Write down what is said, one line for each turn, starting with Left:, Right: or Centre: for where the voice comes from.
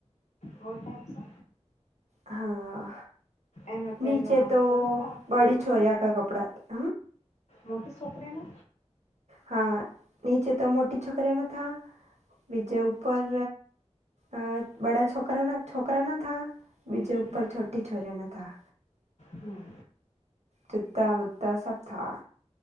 Left: મોલ ટાઇપ છે.
Right: હા,
Left: એને પેલા
Right: નીચે તો
Left: ને લાગતું
Right: બડી
Left: હા
Right: છોરીયા કા કપડા
Left: મોટી છોકરીયાને.
Right: હા નીચે તો મોટી છોકરીયાના ન થા બીજે ઉપર અ બડા છોકરાના છોકરાના થા બીજે
Left: હમ
Right: ઉપર છોટી છોરીયાના થા.
Left: હમ
Right: જૂત્તા વુત્તા સબ થા.